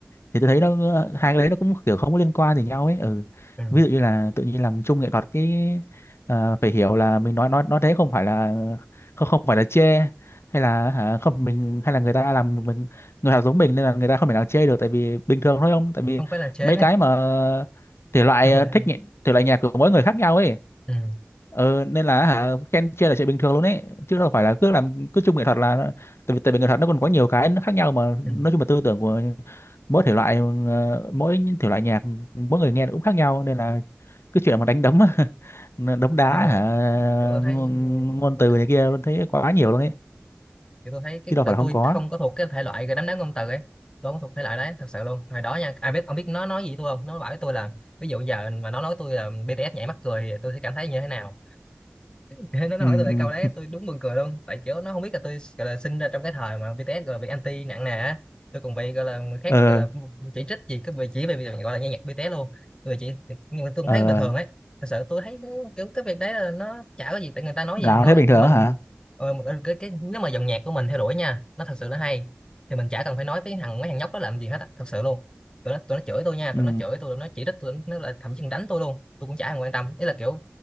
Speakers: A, on the left (about 80°); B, on the left (about 20°).
A: thì tôi thấy nó hai cái đấy nó cũng kiểu không có liên quan gì nhau ấy ừ.
B: Ừ.
A: ví dụ như là tự nhiên làm chung nghệ thuật cái ờ, phải hiểu là mình nói nói nói thế không phải là không không phải là chê hay là hả, không mình hay là người ta làm mình người ta giống mình nên là người ta không thể nào chê được tại vì bình thường thôi không tại vì
B: không phải là chế
A: mấy cái mà thể
B: <laughs>
A: loại
B: không
A: ờ,
B: là
A: thích nhị- thể loại nhạc của mỗi người khác nhau ấy
B: ừ.
A: ờ, nên là hả khen chê là chuyện bình thường luôn ấy chứ đâu phải là cứ làm cứ chung nghệ thuật là nó- tại vì tại vì nghệ thuật nó còn có nhiều cái nó khác nhau mà
B: Ừ.
A: nói chung là tư tưởng của mỗi thể loại ờ, mỗi thể loại nhạc mỗi người nghe nó cũng khác nhau nên là cái chuyện mà đánh đấm <laughs> đấm đá
B: nhưng mà
A: hả
B: kiểu tôi thấy
A: ngôn,
B: ừ,
A: ngôn
B: ok.
A: từ này kia thấy quá nhiều luôn ấy
B: kiểu tôi thấy cái
A: chứ đâu
B: tại
A: phải là không
B: tôi
A: có
B: không có thuộc cái thể loại cái đám đám ngôn từ ấy tôi không thuộc thể loại đấy thật sự luôn hồi đó nha ai biết ông biết nó nói gì với tôi không nó bảo với tôi là ví dụ giờ mà nó nói tôi là BTS nhảy mắc cười thì tôi sẽ cảm thấy như thế nào Cái nó nó
A: ừ
B: hỏi tôi lại câu đấy
A: ừ
B: tôi đúng buồn cười luôn tại kiểu nó không biết là tôi gọi là sinh ra trong cái thời mà BTS gọi là bị anti nặng nề á tôi còn bị gọi là người khác
A: ờ
B: gọi là chỉ trích gì cái về chỉ về việc gọi là nghe nhạc BTS luôn người chỉ nhưng mà tôi cũng
A: ờ
B: thấy bình thường ấy thật sự tôi thấy cái- kiểu cái việc đấy là nó chả có gì tại người ta nói
A: nào
B: gì nói
A: thấy bình thường
B: tụi mình
A: á hả
B: ờ, mà- cái, cái nếu mà dòng nhạc của mình theo đuổi nha nó thật sự nó hay thì mình chả cần phải nói với thằng mấy thằng nhóc đó làm gì hết á thật sự luôn tụi nó tụi nó chửi tôi nha tụi
A: ừ
B: nó chửi tôi tụi nó chỉ trích tôi nó là thậm chí còn đánh tôi luôn tôi cũng chả thèm quan tâm ý là kiểu